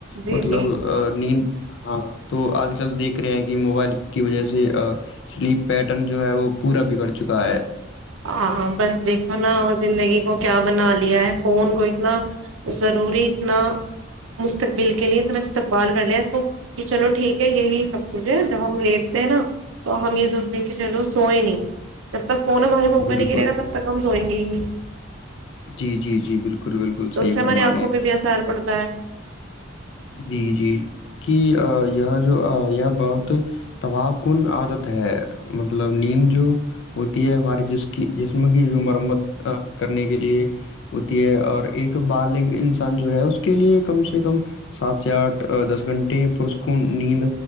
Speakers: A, on the right; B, on the left.
A: جی
B: مطلب
A: جی
B: نیند ہاں تو آج کل دیک د رہے ہیں کہ موبائل کی وجہ سے سلیپ پیٹرن جو ہے وہ پورا بگڑ چکا ہے
A: آ بس دیکھو نا اور زندگی کو کیا بنا لیا ہے فون کو اتنا ضروری اتنا مستقبل کے لیے اتنا استقبال کر لیا اس کو کہ چلو ٹھیک ہے یہی سب کچھ ہے جب ہم لیٹتے ہیں نا تو ہم یہ سوچتے ہیں کہ چلو سوئے نہیں جب تک فون ا ہوک
B: بالکل
A: نہیں گرے گا تب تک ہم سو گ <unintelligible>
B: جی جی جی بالکل بالکل صحیح
A: سے ہماری
B: فرمارے
A: آنکھوں
B: ہیں
A: پہ بھی اثر پڑتا ہے
B: جی جی کہ یہ جو یہ بہت تباہ کن عادت ہے مطلب نیند جو ہوتی ہے ہماراری جس کی جسم کی جو مرمت کرنے کے لیے ہوتی ہے اور ایک بالغ انسان جو ہے اس کے لیے کم سے سے کم سات سے آٹھ دس گھنٹے پرس کو نیند